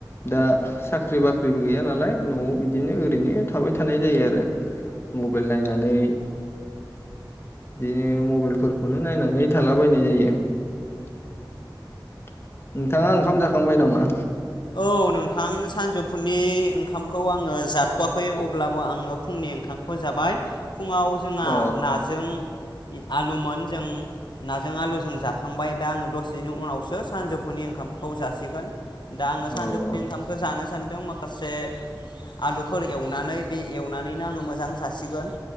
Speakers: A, on the left (about 30°); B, on the left (about 65°).
A: दा साख्रि बाख्रिबो गैया नालाय न'आव बिदिनो ओरैनो थाबाय थानाय जायो आरो मबाइल नायनानै बिदिनो मबाइलफोरखौनो नायनानै थालाबायनाय जायो नोंथाङा ओंखाम जाखांबाय नामा।
B: औ नोंथां सानजौफुनि ओंखामखौ आङो। जाथवाखै अब्लाबो आङो फुंनि ओंखामखौ जाबाय। फुङाव जोंहा
A: औ
B: नाजों। इ आलुमोन जों नाजों आलुजों जाखांबाय दा आंङो दसेनि उनावसो सानजौफुनि ओंखामखौ जासिगोन दा आंङो सानजौै
A: औ औ
B: ओंखामखौ जानो सान दों माखासे आलुफोर एवनानै बे एवनानैनो आंङो मोजां जासिगोन